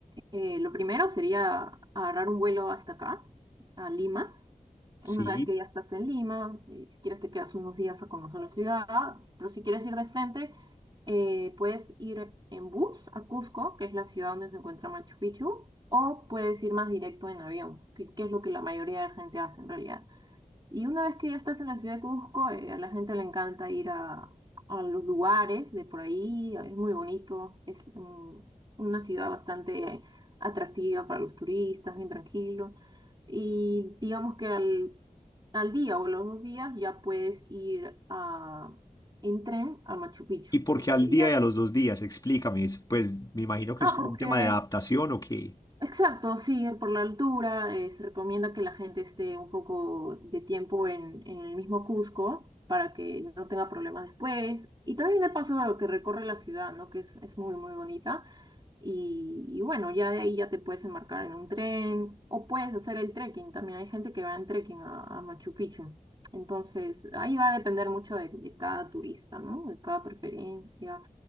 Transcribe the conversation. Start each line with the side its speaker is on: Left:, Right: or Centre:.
Right: Eh, lo primero sería agarrar un vuelo hasta acá, a Lima.
Left: Sí.
Right: Una vez que ya estás en Lima, eh, si quieres te quedas unos días a conocer la ciudad, pero si quieres ir de frente, eh, puedes ir en bus a Cusco, que es la ciudad donde se encuentra Machu Picchu, o puedes ir más directo en avión, que, que es lo que la mayoría de gente hace en realidad. Y una vez que ya estás en la ciudad de Cusco, eh, a la gente le encanta ir a, a los lugares de por ahí, es muy bonito, es mm, una ciudad bastante atractiva para los turistas, bien tranquilo. Y digamos que al, al día o los dos días ya puedes ir a, en tren a Machu Picchu,
Left: ¿Y por
Right: lo
Left: qué
Right: que
Left: al
Right: sería...
Left: día y a los dos días? Explícame. es- Pues me imagino que
Right: Ah,
Left: es como
Right: porque
Left: un tema de adaptación o qué.
Right: Exacto, sí, eh, por la altura, eh, se recomienda que la gente esté un poco de tiempo en, en el mismo Cusco para que no tenga problemas después. Y también de paso a lo que recorre la ciudad, ¿no? Que es, es muy, muy bonita. Y, y bueno, ya de ahí ya te puedes embarcar en un tren o puedes hacer el trekking. También hay gente que va en trekking a, a Machu Picchu. Entonces, ahí va a depender mucho de, de cada turista, ¿no? De cada preferencia.